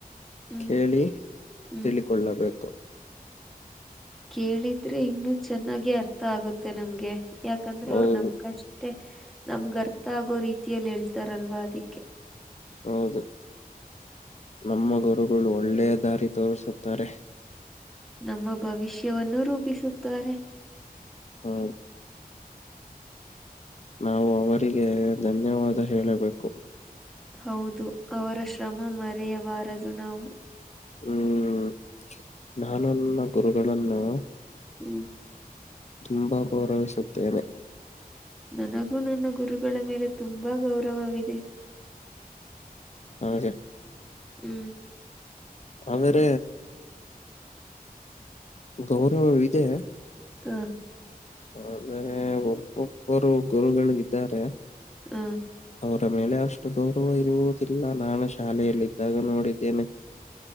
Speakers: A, in the centre; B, on the left.
A: ಹ್ಮ್
B: ಕೇಳಿ
A: ಹ್ಮ್
B: ತಿಳಿಕೊಳ್ಳಬೇಕು.
A: ಕೇಳಿದ್ರೆ ಇನ್ನು ಚೆನ್ನಾಗೆ ಅರ್ಥ ಆಗುತ್ತೆ ನಮ್ಗೆ. ಯಾಕಂದ್ರೆ
B: ಹೌದು
A: ಅವ್ರ ನಮ್ಕಷ್ಟ ಷ್ಟೆ ನಮ್ಗ ಅರ್ಥ ಆಗೋ ರೀತಿಯಲ್ಲಿ ಹೇಳ್ತಾರಲ್ವಾ ಅದಿಕ್ಕೆ.
B: ಹೌದು ನಮ್ಮಗುರ ಒಳ್ಳೆ ದಾರಿ ತೋರಿಸುತ್ತಾರೆ..
A: ನಮ್ಮ ಭವಿಷ್ಯವನ್ನು ರೂಪಿಸುತ್ತಾರೆ.
B: ಹಾ, ನಾವು ಅವರಿಗೆ ಧನ್ಯವಾದ ಹೇಳಬೇಕು
A: ಹೌದು ಅವರ ಶ್ರಮ ಮರೆಯಬಾರದು ನಾವು
B: ಹ್ಮ್ ನಾನನ್ನ ಗುರುಗಳಗಳನ್ನು
A: ಹ್ಮ್
B: ತುಂಬಾ ಗೌರವಿಸುತ್ತೇನೆ
A: ನನಗೂ ನನ್ನ ಗುರುಗಳ ಮೇಲೆ ತುಂಬಾ ಗೌರವವಿದೆ
B: ಹ
A: ಹ್ಮ್
B: ಆದೇ್ರ ಗೌರವ ಇಿದೆ
A: ಹ
B: ಆದ್ರೆ ಒಬ್ಬೊಬ್ಬರು ಗುರುಗಳು ಇದ್ದಾರೆ
A: ಹ
B: ಅವರ ಮೇಲೆ ಅಷ್ಟು ಗೌರವ ಇರುವುದಿಲ್ಲ ನಾನು ಶಾಲೆಯಲ್ಲಿದ್ದಾಗ ನೋಡಿದ್ದೇನೆ